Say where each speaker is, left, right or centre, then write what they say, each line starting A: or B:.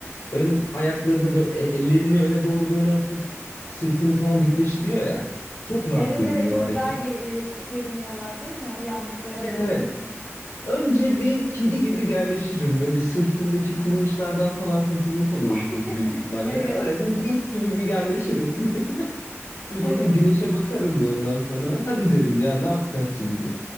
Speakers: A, on the left; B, on the left.
A: ön ayaklarını böyle e- ellerini öne doğru böyle atıp sırtını falan dikleştiriyor ya. Çok rahat
B: Evet
A: görünüyor
B: evet çok
A: o hareket.
B: güzel geri, geriniyorlar değil mi uyandıklarında?
A: Evet evet. Önce bir kedi gibi gerleşirim. Böyle sırtımdaki kulunçlardan falan kurtulmuş olurum
B: <laughs>
A: çünkü büyük ihtimalle.
B: Evet,
A: Öyle bir mis gibi bir gerleşirim. <laughs> Bir
B: evet,
A: bakın güneşe bakarım ya ondan sonra. Hadi derim ya ne yapacağız şimdi?